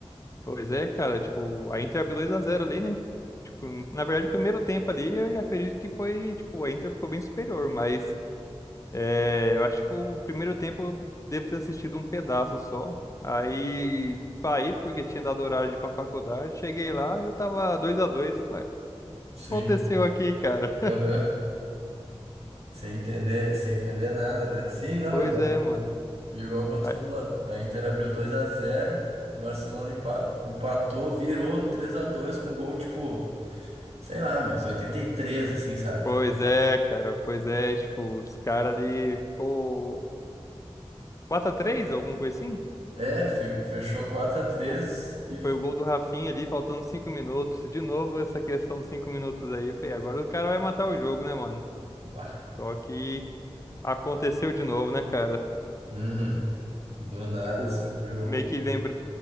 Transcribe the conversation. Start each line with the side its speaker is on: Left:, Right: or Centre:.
Left: Pois é, cara, tipo, a Inter abriu dois a zero ali, né? Tipo, na verdade, o primeiro tempo ali, eu acredito que foi, tipo, a Inter ficou bem superior, mas é, eu acho que o primeiro tempo eu devo ter assistido um pedaço só. Aí saí porque tinha dado horário de ir pra faculdade, cheguei lá e eu tava dois a dois
Right: Sim.
Left: aconteceu aqui, cara? <laughs>
Right: Aham. Sem entender, sem entender nada, né? Sim, não,
Left: Pois
Right: eu
Left: é, mano.
Right: Igual quando
Left: Aí-
Right: tu falou, a Inter abriu dois a zero o Barcelona empa- empatou, virou três a dois com gol, tipo, sei lá, meus 83 assim, sabe?
Left: Pois
Right: Tipo,
Left: é, cara. Pois é, tipo, os caras ali ficou quatro x 3 alguma coisa assim?
Right: é, fe- fechou quatro a três
Left: Pô,
Right: e.
Left: Foi o gol do Rafinha ali, faltando 5 minutos. De novo, essa questão dos 5 minutos aí. Eu falei, agora o cara vai matar o jogo, né, mano?
Right: Bah.
Left: Só que aconteceu de novo, né, cara?
Right: Uhum. Do nada
Left: Tipo,
Right: surgiu.
Left: meio que lembrando.